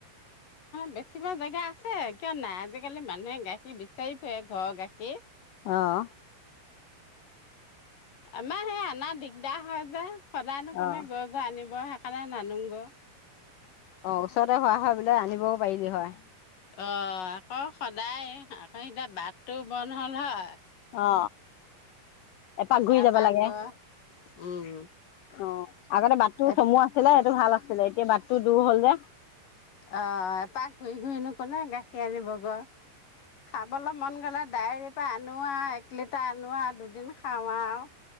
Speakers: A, on the left (about 60°); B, on the left (about 85°).
A: বেছিব জেগা আছে কিয় নাই আজিকালি মানুহে গাখীৰ বিচাৰি ফুৰে ঘৰৰ গাখীৰ।
B: আহ
A: আমাৰ সেই আনা দিগদাৰ হয় যে, সদায়নো কোনে
B: অ
A: গৈ গৈ আনিব। বৱাহ <unintelligible> খালা নানোং ই,
B: অ ওচৰতে হোৱা হয় বোলে আনিবও পাৰিলি হয়।
A: অ আকৌ সদায় আকৌ এতিয়া বাটটো বন্ধ হ'ল হয়।
B: অ এপাক
A: তাৰ
B: ঘূৰি যাব
A: পৰা
B: লাগে।
A: গৈ উম
B: অ আগতে বাটটো
A: অ
B: চমু আছিলে সেইটো ভাল আ ছিলে এতিয়া বাটটো দূৰ হ'ল যে।
A: অ এ পাহ ঘূৰি ঘূৰিনো কোনে গাখীৰ আনিব গৈ। খাবলৈ মন গলে ডায়েৰীৰ পৰা আনো আও, এক লিটাৰ আনো আও দুদিন খাও আও